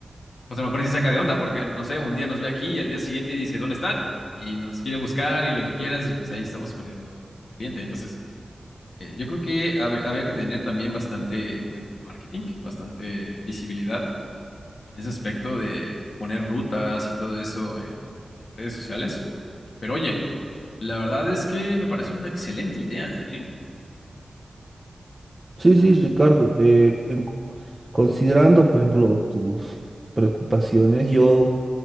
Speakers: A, on the left (about 80°); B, on the right (about 15°).
A: pues a lo mejor sí saca de onda, porque no sé, un día nos ve aquí y al día siguiente dice, ¿dónde están? Y nos quiere buscar y lo que quieras y pues ahí estamos perdiendo un cliente. Entonces, eh, yo creo que hab- habría que tener también bastante buen marketing, bastante visibilidad en ese aspecto de poner rutas y todo eso en, en redes sociales. Pero oye, la verdad es que me parece una excelente idea, ¿eh?
B: sí, sí, Ricardo, eh, en- considerando, por ejemplo, tus preocupaciones, yo...